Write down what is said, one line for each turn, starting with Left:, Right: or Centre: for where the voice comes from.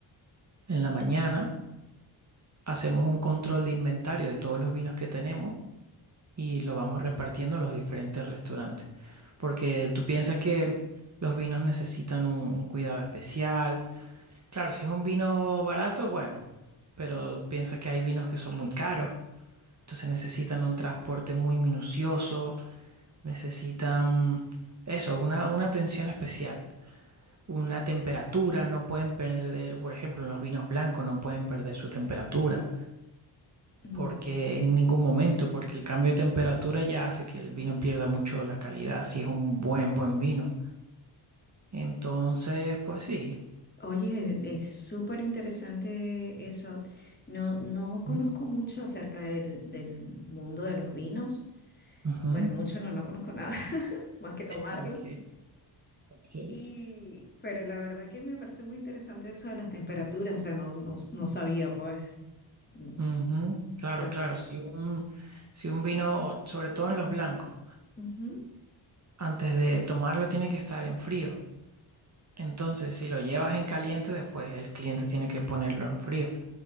Right: en la mañana, hacemos un control de inventario de todos los vinos que tenemos y lo vamos repartiendo a los diferentes restaurantes. Porque tú piensas que los vinos necesitan un, un cuidado especial. Claro, si es un vino barato, bueno, pero piensa que hay vinos que son muy caros. Entonces necesitan un transporte muy minucioso, necesitan eso, una, una atención especial. Una temperatura, no pueden perder, por ejemplo, en los vinos blancos no pueden perder su temperatura
Left: Mm,
Right: porque en ningún momento, porque el cambio de temperatura ya hace que el vino pierda mucho la calidad, si es un buen, buen vino. Entonces, pues sí.
Left: Oye, es súper interesante eso. No, no conozco
Right: Mm,
Left: mucho acerca del, del mundo de los vinos.
Right: Ujú.
Left: Bueno, mucho no, no conozco nada <laughs> más que tomarlos.
Right: ok, ok.
Left: Y, pero la verdad que me parece muy interesante eso de las temperaturas. O sea, no, no, no sabía, pues, mm,
Right: Ujú, Claro,
Left: tan-
Right: claro, si un, si un vino, sobre todo en los blancos,
Left: Ujú,
Right: antes de tomarlo tiene que estar en frío. Entonces, si lo llevas en caliente, después el cliente tiene que ponerlo en frío.